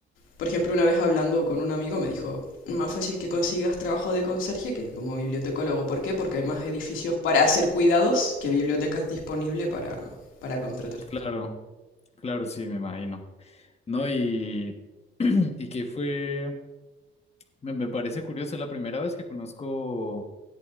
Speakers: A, on the left (about 85°); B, on the left (about 30°).
A: Por ejemplo, una vez hablando con un amigo me dijo, más fácil que consigas trabajo de conserje que como bibliotecólogo. ¿Por qué? Porque hay más edificios para hacer cuidados que bibliotecas disponibles para, para contratar.
B: claro, claro, sí, me imagino. No, y, <clears throat> y que fue, me, me parece curioso, es la primera vez que conozco,